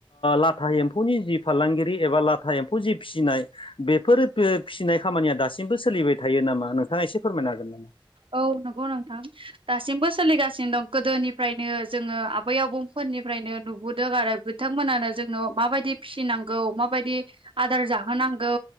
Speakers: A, on the left; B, on the right.
A: लाथा एम्फौनि जि फालांगिरि एबा लाथा एम्फौ जि फिसिनाय बेफोर फिसिनाय खामानिया दासिमबो सोलिबाय थायो नामा नोंथाङा एसे फोरमायनो हागोन नामा।
B: औ नंगौ नोंथां दासिमबो सोलिगासिनो दं गोदोनिफ्रायनो जोङो आबै आबौ फोर निफ्रायनो नुबोदों आरो बिथांमोनानो जोंनाव माबायदि फिसिनांगौ माबायदि आदार जाहो -होनांगौ